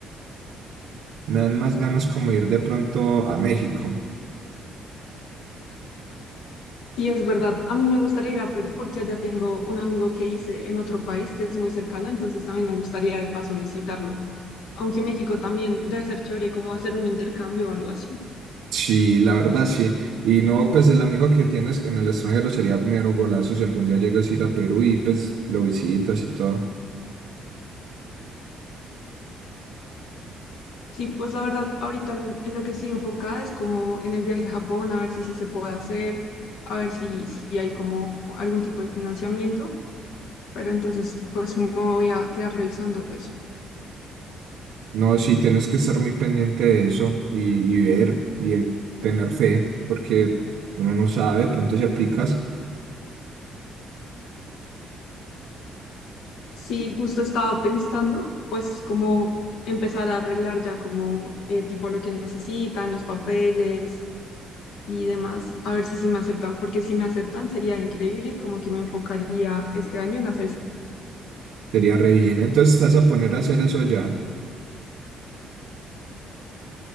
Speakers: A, on the right; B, on the left.
A: Me dan más ganas como ir de pronto a México.
B: Sí, es verdad. A mí me gustaría ir a Perú porque allá tengo un amigo que hice en otro país que es muy cercano, entonces también me gustaría de paso visitarlo. Aunque México también debe ser chévere como hacer un intercambio o algo así.
A: Sí, la verdad sí. Y no, pues el amigo que tienes en el extranjero sería mero golazo si algún día llegas a ir a Perú y pues lo visitas y todo.
B: Sí, pues la verdad, ahorita en en lo que estoy enfocada es como en el viaje a Japón, a ver si sí se puede hacer, a ver si, si hay como algún tipo de financiamiento, pero entonces pues me voy a quedar revisando eso.
A: No, sí, tienes que estar muy pendiente de eso y, y ver y eh, tener fe, porque uno no sabe, de pronto si aplicas,
B: Sí, justo estaba pensando, pues, cómo empezar a arreglar ya como eh, tipo lo que necesitan, los papeles y demás, a ver si sí me aceptan, porque si me aceptan sería increíble y como que me enfocaría este año en hacer.
A: sería re bien. Entonces, ¿te vas a poner a hacer eso ya?